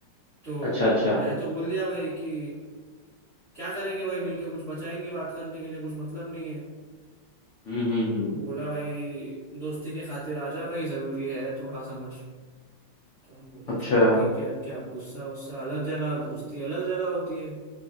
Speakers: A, on the right; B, on the left.
A: तो
B: अच्छा अच्छा
A: मैं तो बोल दिया भाई कि क्या करेंगे भाई मिलके कुछ बचा ही नहीं बात करने के लिए कुछ मतलब नहीं है
B: हम्म हम्म हम्म
A: तो बोला भाई दोस्ती के खातिर आ जा भाई जरूरी है थोड़ा समझ तो हम बोले
B: अच्छा
A: चलो ठीक है अब क्या अब गुस्सा उस्सा अलग जगह दोस्ती अलग जगह होती है